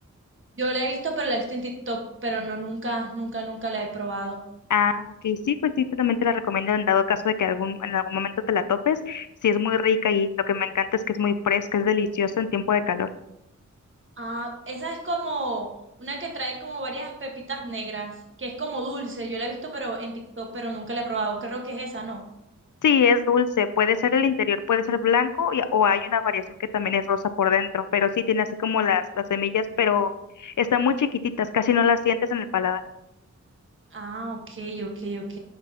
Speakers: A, on the right; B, on the left.
A: Yo la he visto, pero la he visto en TikTok, pero no nunca, nunca, nunca la he probado.
B: Ah, ok, sí, pues sí, te- también te la recomiendo en dado caso de que algún, en algún momento te la topes. Sí, es muy rica y lo que me encanta es que es muy fresca, es delicioso en tiempo de calor.
A: Ah, esa es como una que trae como varias pepitas negras, que es como dulce. Yo la he visto, pero en TikTok, pero nunca la he probado. Creo que es esa, ¿no?
B: Sí, es dulce, puede ser el interior, puede ser blanco y- o hay una variación que también es rosa por dentro, pero sí tiene así como las, las semillas, pero están muy chiquititas, casi no las sientes en el paladar.
A: Ah, ok, ok, ok.